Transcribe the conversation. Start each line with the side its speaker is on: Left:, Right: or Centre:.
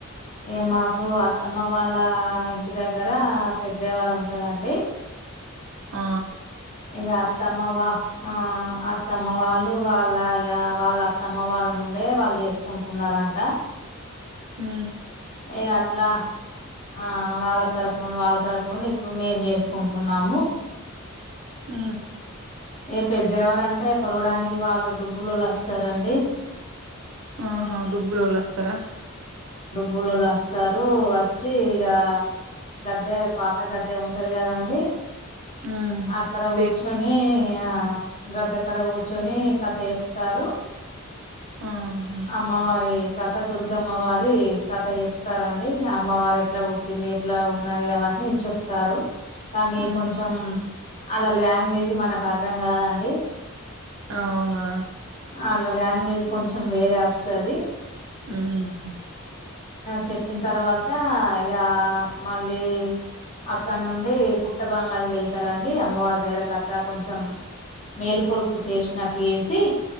Left: ఇగ మాకు అత్తమ్మ వాళ్ ళ్ళ ఇంటి దగ్గర పెద్దయారు ఉంటదండి.
Right: ఆ
Left: ఇగ అత్తమ్మ వా ఆ అత్తమ్మ వాళ్ళు వాళ్ళ ఇగ వాళ్ళత్తమ్మ వాళ్ళ నుండే వాళ్ చేసుకుంటున్నారట
Right: ఆ
Left: ఇగ అట్లా ఆ వాళ్ళ తరపు నుం వాళ్ళ తరపు నుండి <unintelligible> చేసుకుంటున్నాము
Right: ఆ
Left: పెద్ద ఎవరంటే కొలవడానికి వాళ్ళు డబ్బులోళ్ళు వస్తారండి
Right: ఆహా డుబ్బులోళ్ళు వస్తరా
Left: బులోల్లస్తారు వచ్చి ఇగ గద్దె పాత గద్దె ఉంటది కదా అండి
Right: ఉమ్
Left: అక్కడ కూర్చొని
Right: దే
Left: ఇగ గద్దె కడ కూర్చొని కథ చెప్పుతారు.
Right: ఆహా
Left: అమ్మవారీ కథ దుర్గమ్మవారి కథ చెప్తారండి ఇగ అమ్మవారు ఎట్లా పుట్టింది ఎట్లా ఉన్నది అవ న్ని చెప్తారు కానీ
Right: ఉమ్
Left: కొంచెం అల్లా లాంగ్వేజ్ మనకార్థం కాదండి.
Right: అవునా
Left: అళ్ళ లాంగ్వేజ్ కొంచెం వేరే వస్తది.
Right: హ్మ్ హు
Left: చెప్పిన తర్వాత ఇగ మళ్ళీ అక్కనుండి పుట్ట బాంగారికి వెళ్ వెళ్తారండి అమ్మవార్ దగ్గర కథ కొంచెం మేల్కొల్పు చేసినట్లు చెసి